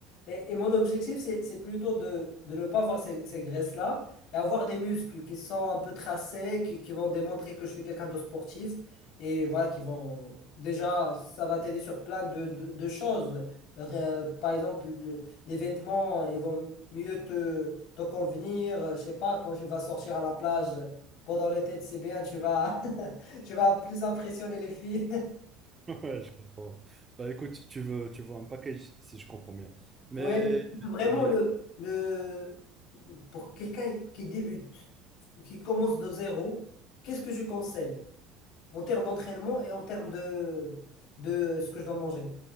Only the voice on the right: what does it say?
<laughs> Ouais, je comprends. Bah écoute, tu veux, tu veux un package, si je comprends bien. Mais,
mais